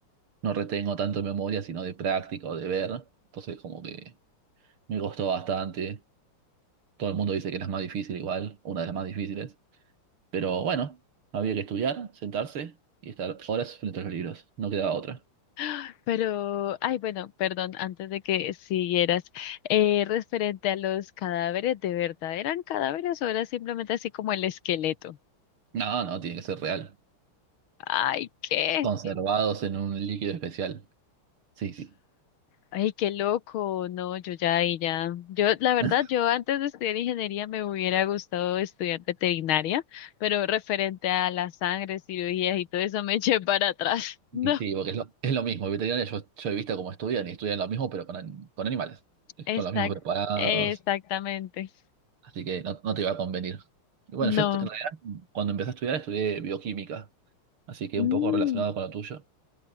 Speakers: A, on the right; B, on the left.
A: no retengo tanto de memoria, sino de práctica o de ver. Entonces como que me costó bastante. Todo el mundo dice que es la más difícil igual, una de las más difíciles. Pero bueno, había que estudiar, sentarse y estar horas frente a los libros. No quedaba otra.
B: <gasps> Pero, ay, bueno, perdón, antes de que siguieras, eh, referente a los cadáveres, ¿de verdad eran cadáveres o era simplemente así como el esqueleto?
A: No, no, tiene que ser real.
B: Ay, ¿qué?
A: Conservados en un líquido especial. Sí, sí.
B: Ay, qué loco. No, yo ya ahí ya. Yo, la verdad,
A: <laughs>
B: yo antes de estudiar ingeniería me hubiera gustado estudiar veterinaria, pero referente a la sangre, cirugías y todo eso me <laughs> eché para atrás. <laughs> No,
A: Y sí, porque es lo, es lo mismo. Veterinaria yo, yo he visto cómo estudian y estudian lo mismo, pero con, an- con animales.
B: exact,
A: Con los mismos preparados.
B: exactamente.
A: así que no, no te iba a convenir. Y Bueno,
B: No.
A: yo estu- en realidad, cuando empecé a estudiar, estudié bioquímica, así que
B: Mm.
A: un poco relacionado con lo tuyo.